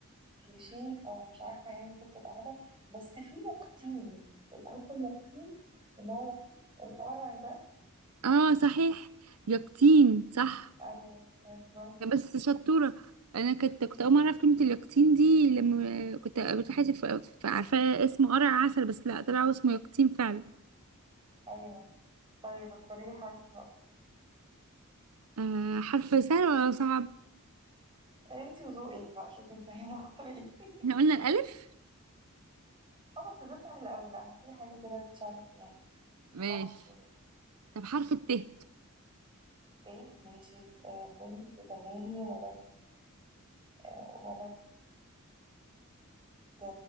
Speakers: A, on the right; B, on the right.
A: كليشيه او مش عارفه يعني ممكن تبقى هبل بس في يقطين عارفه اليقطين اللي هو القرع ده
B: <laughs> اه صحيح يقطين صح
A: ايوه بالظبط
B: بس شطورة انا كنت كنت اول ما اعرف كلمة اليقطين دي لما كنت قابلت حد ف- ف- عارفة اسمه قرع عسل بس لا طلع اسمه يقطين فعلا
A: ايوه طيب اختاري لي حرف بقى
B: آه حرف سهل ولا صعب
A: انت وذوقك بقى شوفي انت عايزه تختاري ايه
B: احنا قلنا الالف
A: اه بس ده سهل قوي لا هاتي لي حاجه كده تشال يعني
B: ماشي
A: تحدي شويه
B: طب حرف الت
A: ت ماشي آه، بنت تهاني ولد آه، ولد ده